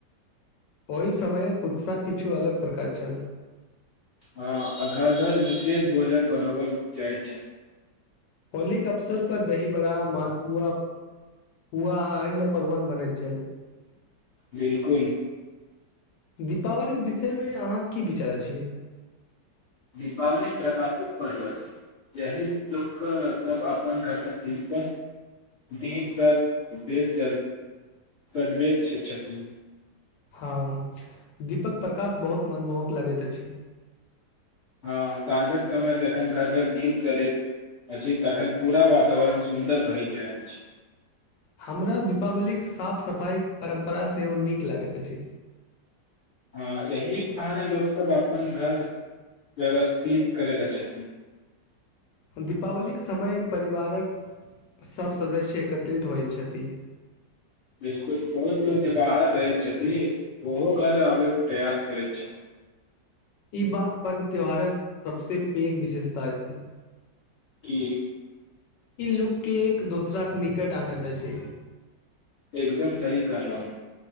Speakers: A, on the left (about 75°); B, on the left (about 40°).
A: ओहि समयक उत्साह किछु अलग प्रकार छल
B: हँ आ घर घर विशेष भोजन बनाबल जाए छैइ
A: होलीक अवसरपर दही बड़ा मालपुआ पुआ आ अन्य पकवान बनैत छल
B: बिलकुल
A: दीपावलीक विषयमे अहाँक की विचार अछि
B: दीपावली प्रकाशक पर्व अछि यही लोकसभ अपन घरमे दीपस् दीप सब बेर सजबैत छथि
A: हँ दीपक प्रकाश बहुत मनमोहक लगैत अछि
B: हँ साँझक समय जखन घर-घर दीप जरैत अछि तखन पूरा वातावरण सुन्दर भय जाइत अछि
A: हमरा दीपावलीक साफ सफाइक परम्परा सेहो नीक लागैत अछि
B: हँ यही आन लोकसभ अपन घर व्यवस्थित करैत छथि
A: दीपावलीक समय परिवारक सभ सदस्य एकत्रित होइत छथि
B: बिलकुल बहुत लोक जे बाहर रहैत छथिन ओहो घर आबयके प्रयास करैत छथिन
A: ई बात पर्व त्यौहारक सबसँ पैघ विशेषता अछि
B: की
A: ई लोकके एक दोसराक निकट आनैत अछि
B: एकदम सही कहलहुं